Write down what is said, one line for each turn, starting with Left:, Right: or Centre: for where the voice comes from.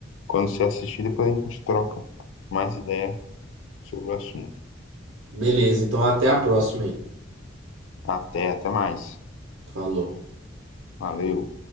Left: quando você assistir, depois a gente troca mais ideia sobre o assunto.
Right: Beleza, então até a próxima aí.
Left: Até, até mais.
Right: Falou.
Left: Valeu.